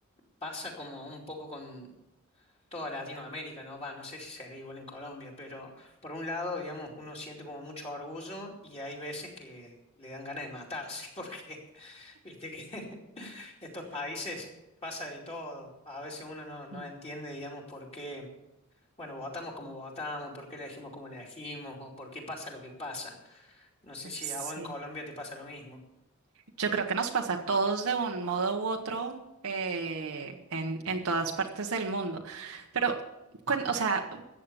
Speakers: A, on the left; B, on the right.
A: pasa como un poco con toda Latinoamérica, ¿no? Va, no sé si será igual en Colombia, pero por un lado, digamos, uno siente como mucho orgullo y hay veces que le dan ganas de matarse <laughs> porque Viste que <laughs> estos países pasa de todo. A veces uno no, no
B: Mm,
A: entiende, digamos, por qué, bueno, votamos como votamos, por qué elegimos como elegimos, o por qué pasa lo que pasa. No sé si
B: Sí.
A: a vos en Colombia te pasa lo mismo.
B: Yo creo que nos pasa a todos de un modo u otro eh, en, en todas partes del mundo. Pero, cuan- o sea,